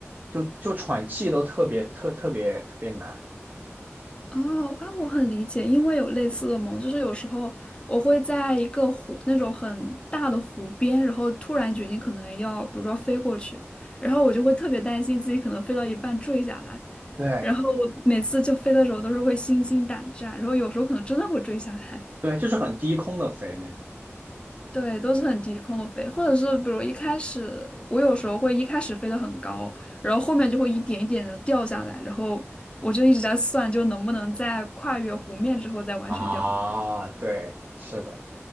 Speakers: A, on the right; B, on the left.
A: 就就喘气都特别特特别特别难。
B: 哦啊，我很理解，因为有类似的梦，就是有时候我会在一个湖那种很大的湖边，然后突然决定可能要，比如说飞过去，然后我就会特别担心自己可能飞到一半坠下来，
A: 对
B: 然后每次就飞的时候都是会心惊胆战，然后有时候可能真的会坠下来。
A: 对，就是很低空的飞那种
B: 对，都是很低空的飞，或者是比如一开始我有时候会一开始飞得很高，然后后面就会一点一点的掉下来，然后我就一直在算，就能不能在跨越湖面之后再完全掉。
A: 啊，
B: 下
A: 对，是的。